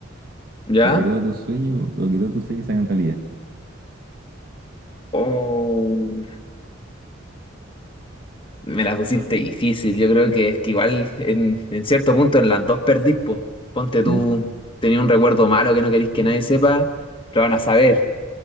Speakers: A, on the left (about 25°); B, on the right (about 50°).
A: ¿Ya?
B: O que todos tus sueños, o que todos tus sueños se hagan realidad.
A: Oh. Me la pusiste difícil. Yo creo que es que igual en, en cierto punto en las dos perdís, po. Ponte tú,
B: Sí,
A: tenía un recuerdo malo que no querís que nadie sepa, lo van a saber.